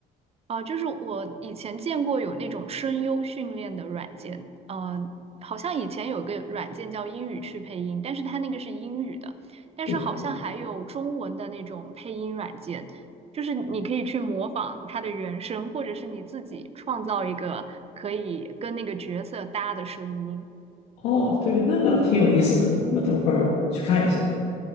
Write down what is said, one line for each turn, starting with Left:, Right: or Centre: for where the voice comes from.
Right: 啊，就是我以前见过有那种声优训练的软件，嗯、好像以前有一个软件叫英语去配音，但是它那个是英语的，但是好像还有中文的那种配音软件，
Left: 对，
Right: 就是你可以去模仿它的原声，或者是你自己创造一个可以跟那个角色搭的声音。
Left: 哦，对，那个挺有意思的，我等会儿去看一下。